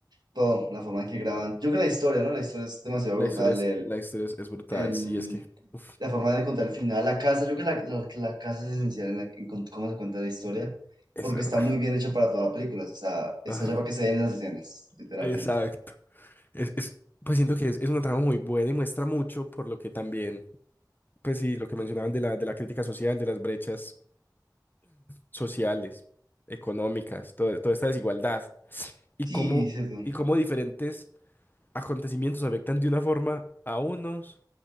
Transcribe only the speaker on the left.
la
historia es,
la historia es, es brutal,
sí, es que. uf.
Es
verdad.
Ajá.
Exacto. Es, es- pues siento que es, es una trama muy buena y muestra mucho por lo que también, pues sí, lo que mencionaban de la, de la crítica social, de las brechas sociales, económicas, todo- toda esta desigualdad y
cómo,
y cómo diferentes acontecimientos afectan de una forma a unos